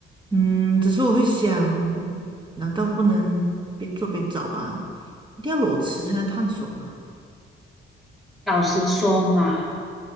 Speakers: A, on the right; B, in the centre.
A: 嗯，只是我会想，难道不能边做边找吗？一定要裸辞才能探索吗？
B: 老实说嘛。